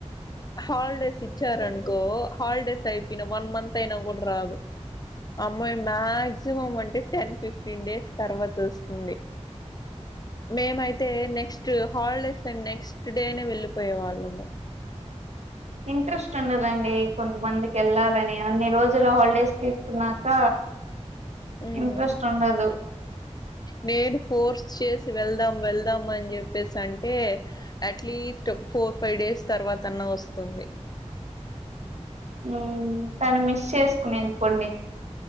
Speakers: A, on the left; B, on the right.
A: హాలిడేస్ ఇచ్చారనుకో హాలిడేస్ అయిపెన వన్ మంత్ తైనం కుడ రాదు అమ్మయి maximum and ten fifteen days తర్వాత వస్తుంది మేమైతే నెక్స్ట్ హాలిడేస్ అండ్ నెక్స్ట్ డేనే వెళ్ళిపోయే వాళ్ళము.
B: ఇంట్రెస్ట్ ఉండదండి కొంతమందికి ఎళ్ళాలని అన్ని రోజులు హాలిడేస్ తీసుకున్నాక
A: హ్మ్
B: ఇంట్రెస్ట్ ఉండదు
A: నేను ఫోర్స్ చేస్ వెళ్దాం వెళ్దాం అని చెప్పేసి అంటే అట్లీస్ట్ ఒక ఫోర్ ఫైవ్ డేస్ తర్వాత అన్నా వస్తుంది.
B: హ్మ్ తను మిస్ చేసుకునేంది పొండి